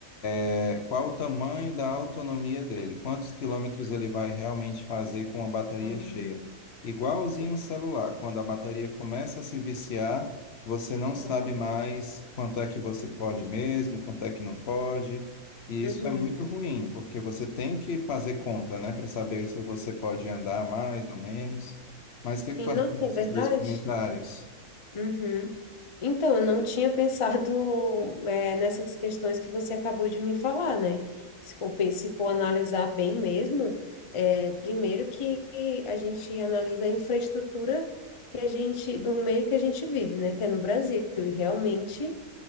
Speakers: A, on the left; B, on the left.
A: é, qual o tamanho da autonomia dele? Quantos quilômetros ele vai realmente fazer com a bateria
B: hum
A: cheia? Igualzinho
B: entendi.
A: um celular, quando a bateria começa a se viciar, você não
B: Uhum.
A: sabe mais quanto é que você
B: Tudo
A: pode
B: que
A: mesmo,
B: faz.
A: quanto é que não pode. E
B: Uhum.
A: isso é muito ruim, porque você tem que fazer conta, né, para saber se você pode andar mais ou menos. Mas o que é que
B: E
A: tu acha
B: não,
A: desses
B: é verdade?
A: dois comentários?
B: Uhum. Então, eu não tinha pensado, é, nessas questões que você acabou de me falar, né? Se for, pe- se for analisar bem mesmo, é, primeiro que a gente analisa a infraestrutura que a gente, do meio que a gente vive, né? Que é no Brasil. E realmente.